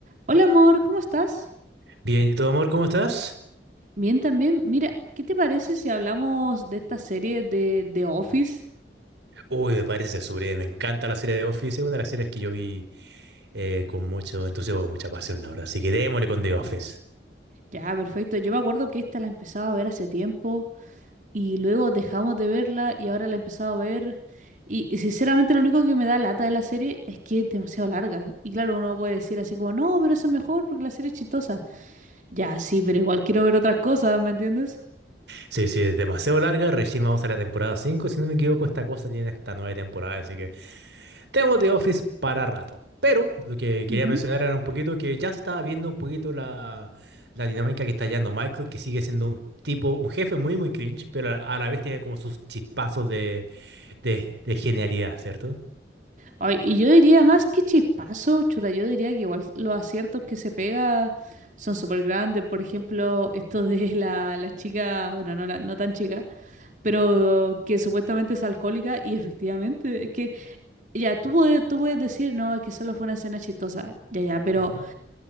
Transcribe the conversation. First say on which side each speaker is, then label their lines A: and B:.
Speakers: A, on the right; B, on the right.
A: Hola amor, ¿cómo estás?
B: Bien, ¿y tú, amor, cómo estás?
A: Bien también. Mira, ¿qué te parece si hablamos de esta serie de The Office?
B: Uy, me parece sublime, me encanta la serie de Office, es una de las series que yo vi eh, con mucho entusiasmo y mucha pasión, la verdad. Así que démosle con The Office.
A: Ya, perfecto. Yo me acuerdo que esta la empezaba a ver hace tiempo y luego dejamos de verla y ahora la he empezado a ver. Y, y sinceramente lo único que me da lata de la serie es que es demasiado larga. Y claro, uno puede decir así como, no, pero eso es mejor porque la serie es chistosa. Ya, sí, pero igual quiero ver otras cosas, ¿me entiendes?
B: Sí, sí, es demasiado larga, recién vamos a la temporada 5, si no me equivoco, esta cosa tiene hasta nueve temporadas, así que tenemos The Office para rato. Pero lo que quería
A: Ujú.
B: mencionar era un poquito que ya se estaba viendo un poquito la, la dinámica que está hallando Michael, que sigue siendo un tipo, un jefe muy, muy cringe, pero a la vez tiene como sus chispazos de, de de genialidad, ¿cierto?
A: Ay, y yo diría más que chispazo, chuta, yo diría que igual los aciertos que se pega son súper grandes. Por ejemplo, esto de <laughs> la, la chica, bueno, no, la- no tan chica, pero que supuestamente es alcohólica y efectivamente, es que ya, tú puedes, tú puedes decir, no, es que solo fue una escena chistosa, ya, ya, pero
B: Ujú,